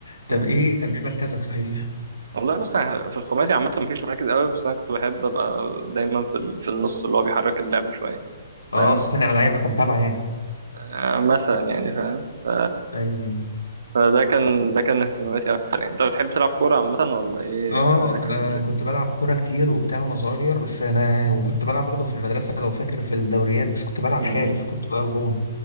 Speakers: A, on the left; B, on the right.
A: طب
B: بس
A: ايه كان ايه مركزك صحيح
B: والله بص أنا في الخماسي عامه مفيش مراكز قوي بس انا كنت بحب ابقى دايما في ال- في النص اللي هو بيحرك اللعب شويه
A: اه
B: فاهم
A: صانع العاب رقم سبعه يعني
B: آه، مثلا يعني فاهم ف...
A: ايوه
B: فده كان ده كان اهتماماتي اكتر يعني انت بتحب تلعب كوره عامه ولا ايه
A: اه
B: اهتماماتك في
A: انا
B: الجيم
A: كنت بلعب كوره كتير وبتاع وانا صغير بس انا وكنت بلعب برضه في المدرسه لو فاكر في الدوريات بس كنت بلعب
B: امم
A: حارس كنت بلعب جون